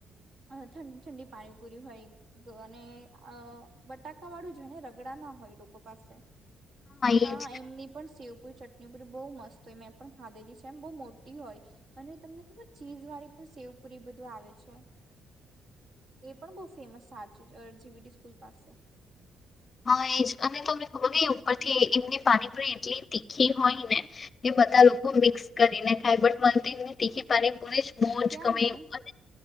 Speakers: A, on the right; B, on the left.
A: અ ઠંડી-ઠંડી પાણીપુરી હોય ગ અને.. અ બટાકા વાળું જરાય ને રગડા ના હોય લોકો પાસે. હા.
B: એ જ
A: એમની પણ સેવ ફૂલ ચટણી પુરી બહુ મસ્ત હોય મેં પણ ખાધેલી છે. એમ બહુ મોટી હોય. અને તમને ખબર ચીઝ વાળી પણ સેવ પુરી બધું આવે છે. એ પણ બઉ ફેમસ <unintelligible> ડી વી ડીસ્કૂલ પાસે.
B: હા. એજ અને તમને ખબર ઉપરથી એમની પાણી પૂરી એટલી તીખી હોય, ને કે બધા લોકો મિક્સ કરીને ખાય. બટ મને એમની તીખી પાણી પૂરી જ બોજ
A: ક્યાં
B: ગમે
A: નહી
B: અને